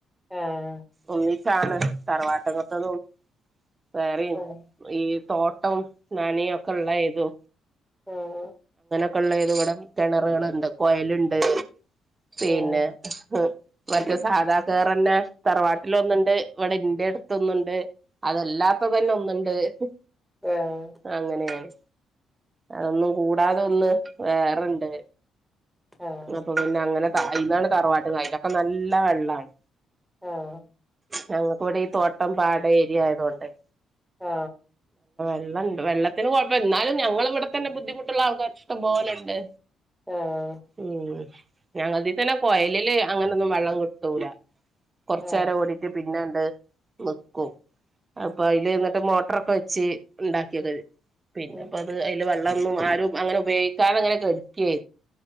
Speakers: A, in the centre; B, on the right.
A: ആഹ്
B: ഒന്നി ച്ചാണ് തറവാട്ട്ക്കത്തതും വേറെയിം
A: ഉം
B: ഈ തോട്ടം നനയൊക്കെ ഇള്ള ഏതു
A: ഉം
B: ക്കള്ളേതുവടെം കെണറ്കള്ണ്ട് കോയല്ണ്ട് പിന്നെ
A: ഉം
B: ഹ് മറ്റേ സാധാക്കേറെന്നെ തറവാട്ടിലൊന്ന്ണ്ട് ഇവടെ ഇന്റെട്ത്തൊന്ന്ണ്ട് അതെല്ലാ ത്തതന്നെ ഒന്ന്ണ്ട് ഹ്
A: ആഹ്
B: അങ്ങനേണ് അതൊന്നും കൂടാതൊന്ന് വേറെണ്ട്
A: ആഹ്
B: അപ്പൊ പിന്നെ അങ്ങനെ ഇന്നാണ് തറുവാട്ട് <unintelligible> അപ്പന്നല്ല വെള്ളാണ്
A: ആഹ്
B: ഞങ്ങക്കിവടെ ഈ തോട്ടം പാട ഏരിയ ആയതൊണ്ടേ
A: ആ
B: വെള്ളണ്ട് വെള്ളത്തിന് കൊയപ്പൽ ന്നാലും ഞങ്ങളിവടത്തന്നെ ബുദ്ധിമുട്ട്ള്ളാൾക്കാരിഷ്ടമ്പോലെണ്ട്
A: ആഹ് ആഹ്
B: ഉം ഞങ്ങളതീത്തന്നെ കൊയലില് അങ്ങനൊന്നു വെള്ളങ്ക്ട്ടൂല കൊറച്ചേരോടീറ്റ്
A: ആഹ്
B: പിന്നെ ത് ന്ക്കു
A: ഉം
B: അപ്പയ്ല്, ന്ന്ട്ട് മോട്ടറൊക്കെ വെച്ച്, ണ്ടാക്കിയേതാത് പിന്നെപ്പത്
A: ഉം
B: അയ്ല് വെള്ളൊന്നും ആരും അങ്ങനെ ഉപയേയ്ക്കാതങ്ങനെ കെട്ക്കേ